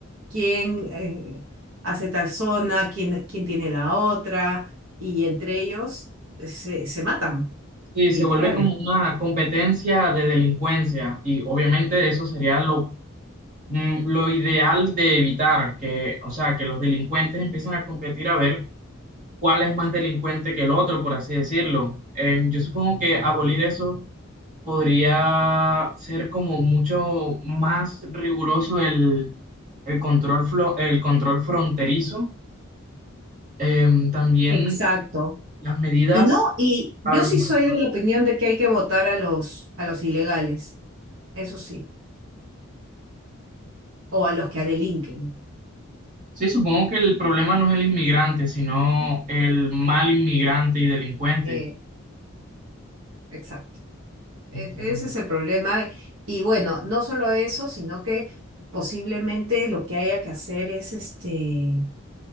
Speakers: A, on the right; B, on the right.
A: quién eh, hace tal zona, quién, quién tiene la otra, y entre ellos se, se matan,
B: Sí,
A: literal.
B: se vuelve como una competencia de delincuencia y obviamente eso sería lo, mm, lo ideal de evitar, que, o sea, que los delincuentes empiecen a competir a ver cuál es más delincuente que el otro, por así decirlo. Eh, yo supongo que abolir eso podría ser como mucho más riguroso el, el control, flo- el control fronterizo. Eh, también
A: Exacto.
B: las medidas
A: Y no, y
B: para
A: yo
B: los
A: sí
B: inmigrantes.
A: soy de la opinión de que hay que votar a los, a los ilegales, eso sí, o a los que delinquen.
B: Sí, supongo que el problema no es el inmigrante, sino el mal inmigrante y delincuente.
A: Eh, exacto. E-
B: Entiendo.
A: ese es el problema. Y bueno, no solo eso, sino que posiblemente lo que haya que hacer es este